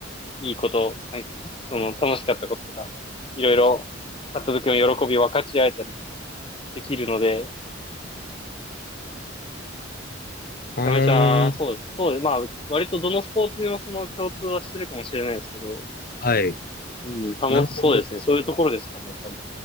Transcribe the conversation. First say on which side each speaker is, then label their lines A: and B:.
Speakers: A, on the left; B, on the left.
A: いいこと、なんかその楽しかったこととか、いろいろ、買った時の喜びを分かち合えたりもできるので、めちゃめちゃ、
B: ーん、
A: そうです。そうです。まあ、割とどのスポーツにもその共通はしてるかもしれないですけど、
B: はい。
A: うん、楽しそうですね。
B: なるほど。
A: そういうところですかね、やっぱり。